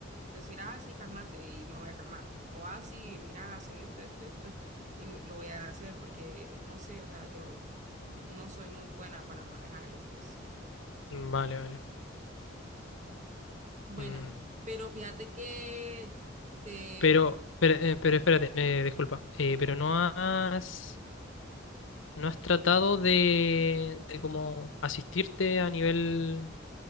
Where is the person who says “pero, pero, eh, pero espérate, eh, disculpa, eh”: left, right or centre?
Left